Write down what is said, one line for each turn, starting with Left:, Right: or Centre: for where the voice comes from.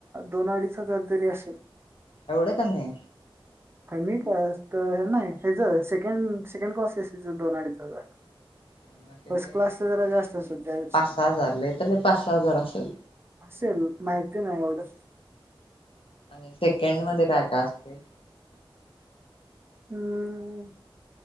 Right: दोन अडीच हजार तरी असेल
Left: एवढ कनी
Right: कमी क तर नाही हेच सेकंड सेकंड प्रॉसेस दोन अडीच आहे
Left: आणि मग त्याचे
Right: फर्स्ट क्लास तर जरा जास्त असेल त्यापेक्षा
Left: पाच सहा हजार लय तर लय पाच सहा हजार असेल
Right: असेल माहिती नाही एवढं
Left: आणि सेकंड मध्ये काय काय असते
Right: हम्म